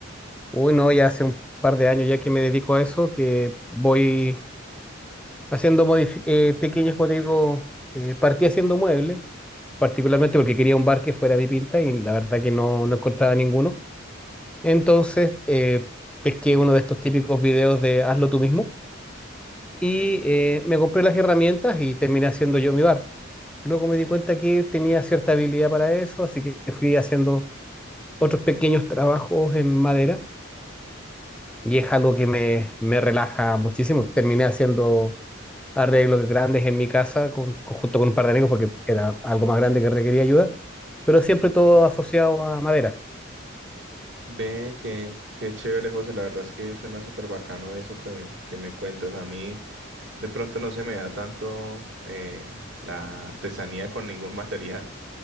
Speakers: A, in the centre; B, on the right.
A: Uy, no, ya hace un par de años ya que me dedico a eso, que voy haciendo modifi- eh, pequeños, como te digo, eh, partí haciendo muebles, particularmente porque quería un bar que fuera mi pinta y la verdad que no, no encontraba ninguno. Entonces, eh, pesqué uno de estos típicos videos de hazlo tú mismo y
B: Sí.
A: eh, me compré las herramientas y terminé haciendo yo mi bar. Luego me di cuenta que tenía cierta habilidad para eso, así que fui haciendo otros pequeños trabajos en madera y es algo que me, me relaja muchísimo. Terminé haciendo arreglos grandes en mi casa con, con- junto con un par de amigos porque era algo más grande que requería ayuda, pero siempre todo asociado a madera.
B: Ve que, qué chévere, José. La verdad es que suena súper bacano eso que me, que me cuentas. A mí de pronto no se me da tanto eh, la artesanía con ningún <laughs> material.